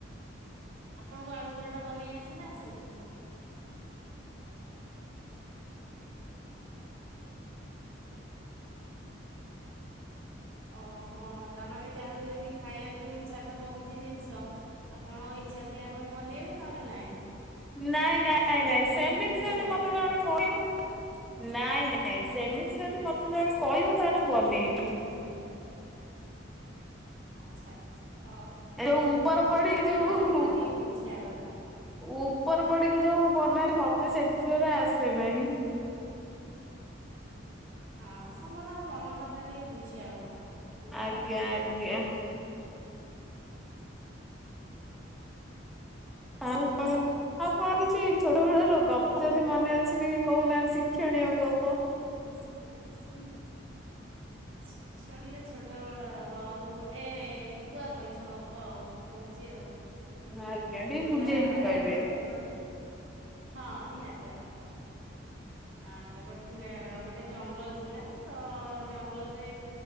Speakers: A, on the right; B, in the centre.
A: ଆପଣଙ୍କୁ ଆଳୁ ପରଟା ବନେଇ ଆସେ ନା ଆସେନି? ଓହୋ ତାମାନେେ ଯାହାକୁ ଯଦି ଖାଇବାକୁ ଇଚ୍ଛା ଥବ କିଛି ଜିନିଷ ଆପଣଙ୍କ ଇଛା ଥିଲେ ଆପଣ ବନେଇବେ ନହେଲେ ନାଇଁ।
B: ନାଇଁ ନାଇଁ
A: ସେ ଲୋକକୁ
B: ନାଇଁ ସେମିତି
A: ତେଣିକି ଭୋକ
B: ଯଦି
A: କରୁ
B: ମତେ ଜଣେ କହିବ ନାଇଁ ନାଇଁ ସେମିତି ଯଦି ମତେ ଜଣେ କଇବ ବ ତାହେଲେ ମୁଁ ବନେଇବି।
A: ଆଚ୍ଛା ଆଚ୍ଛା ହଉ
B: ଯୋଉ ଉପର ପଡିକି
A: ସମସ୍ତଙ୍କ
B: ଯୋଉ
A: ମନ କଥା ଟିକେ ବୁଝିବା କଥା।
B: ଉପର ପଡିକି ଯୋଉ ବନାଏ ମତେ ସେସୁରା ଆସେ ନାହିଁ।
A: ହଁ ସମତଙ୍କ ମନ କଥା ଟିକେ ବୁଝିବା କଥା।
B: ଆଜ୍ଞା ଆଜ୍ଞା। ଆଉ କଣ ଆଉ କଣ କିଛି ଛୋଟ ବଳର ଗପ ଯଦି ମନେ ଅଛି ଟିକେ କହୁନାହାନ୍ତି ଶିକ୍ଷଣୀୟ ଗପ। <unintelligible>
A: ଶିକ୍ଷଣୀୟ ଛୋଟ ବଳ ର ହଉ ଗୋଟେ ଠେକୁଆ କଇଁଛ ଗ ଗପ ଆଉ କହୁଚି ଆଉ
B: ଆଜ୍ଞା
A: ଉଁ
B: ଟିକେ
A: ଗୋଟା
B: ବୁଝେଇକି କହିବେ
A: ଗୋଟ ଗୋଟ ହଁ ନିହାତି ଭାବରେ। ଆ ଗୋ ଗୋଟେ ଜଙ୍ଗଲ ଥିଲା ତ ଜଙ୍ଗଲରେ